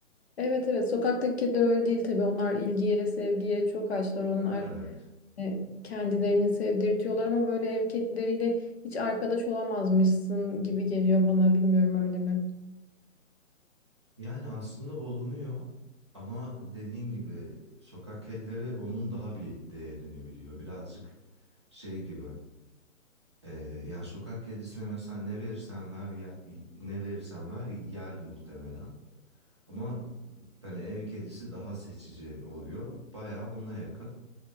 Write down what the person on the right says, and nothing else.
Evet.
Yani aslında olunuyor ama dediğin gibi sokak kedileri onun daha bir değerini biliyor. Birazcık şey gibi. e, yani sokak kedisine mesela ne verirsen ver ya- ne verirsen ver yer muhtemelen. Ama hani ev kedisi daha seçici oluyor. Bayağı ona yakın.